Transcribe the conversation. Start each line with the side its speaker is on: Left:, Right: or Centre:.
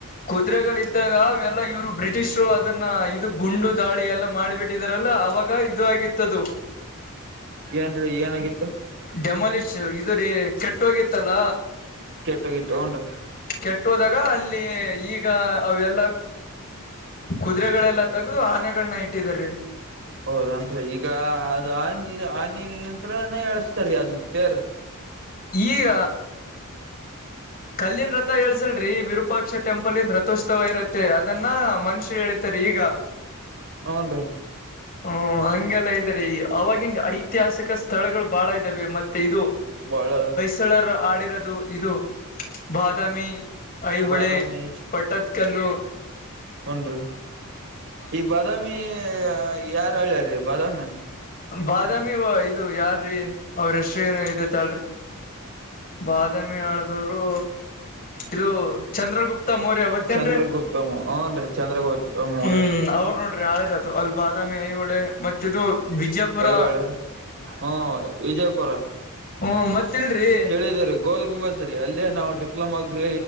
Left: ಕುದ್ರೆಗಳ್ದಾಗ ಅವೆಲ್ಲಾ ಇವ್ರು ಬ್ರಿಟಿಷ್ರು ಅದನ್ನ ಇದು ಗುಂಡು ದಾಳಿ ಎಲ್ಲಾ ಮಾಡಿಬಿಟ್ಟು ಇದರಲ್ಲ ಅವಾಗ ಇದು ಆಗಿತ್ತದು.
Right: ಏನ್ರಿ ಏನಾಗಿತ್ತು?
Left: ಡೆಮಾಲಿಶ್ ಇದು ರೀ ಕೆಟ್ಟ್ ಹೋಗಿತ್ತಲ್ಲ.
Right: ಕೆಟ್ಟೋಗಿತ್ತು ಹೂನ್ರಿ
Left: ಕೆಟ್ಟೋದಾಗ ಅಲ್ಲಿ ಈಗ ಅವೆಲ್ಲ ಕುದುರೆಗಳೆಲ್ಲಾ ತಗ್ದು ಆನೆಗಳ್ನ ಇಟ್ಟಿದಾರ್ರಿ.
Right: ಹೌದನ್ರಿ ಈಗ ಅದು ಆನಿಲ್ ಆನಿಲ್ ನಂತ್ರನ ಎಳಸ್ತಾರೀ ಅದ್ನ ತ್ತೇರ್.
Left: ಈಗ ಕಲ್ಲಿನ್ ರಥ ಎಳ್ಸಲ್ರೀ ವಿರೂಪಾಕ್ಷ ಟೆಂಪಲ್ಂದ ರಥೋತ್ಸವ ಇರತ್ತೆ ಅದನ್ನ ಮನುಷ್ಯ ಎಳೀತಾರ ಈಗ
Right: ಹೌನ್ರೀ.
Left: ಓ ಹಂಗೆಲ್ಲ ಇದೆರೀ ಅವಾಗಿನ್ ಐತಿಹಾಸಿಕ ಸ್ಥಳಗಳು ಬಾಳ ಇದ್ದಾವೆ ಮತ್ತೆ ಇದು
Right: ಬಾಳ
Left: ತಳರು ಆಡಿರೋದು ಇದು ಬಾದಾಮಿ ಐಹೊಳೆ
Right: ಬಾದಾಮಿ
Left: ಪಟ್ಟದ್ಕಲ್ಲು
Right: ಹೂನ್ರೀ ಈ ಬಾದಾಮಿ ಯಾರ್ <unintelligible> ರೀ ಬಾದಾಮಿನ
Left: ಬಾದಾಮಿ ಇದು ಯಾರ್ರೀ ಅವ್ರ್ ಹೆಸ್ರೇನೊ ಇದೆ ತಾಳ್ರಿ ಬಾದಾಮಿ ಆಳ್ದೋರು ಇದು ಚಂದ್ರಗುಪ್ತ ಮೌರ್ಯ ಗೊತ್ತೇನ್ರೀ
Right: ಚಂದ್ರಗುಪ್ತಮ ಹೂನ್ರಿ ಚಂದ್ರಗುಪ್ತಮ್
Left: ಹ್ಮ್
Right: ಅವ್ರಿ
Left: ಅವರು ನೋಡ್ ಆಳಿರದು ಅಲ್ಲಿ ಬಾದಾಮಿ ಐಹೊಳೆ ಮತ್ತಿದು ವಿಜಯಪುರ
Right: ಐಹೊಳೆ ಹ್ಮ ವಿಜಯಪುರ
Left: ಹ್ಮ ಮತ್ತಿಲ್ರಿ
Right: ಕೇಳಿದೀರಿ ಗೋಲ್ ಗುಂಬಜ್ ತ್ರೀ ಅಲ್ಲೇ ನಾವು ಡಿಪ್ಲಮಾ ಗ್ರಿ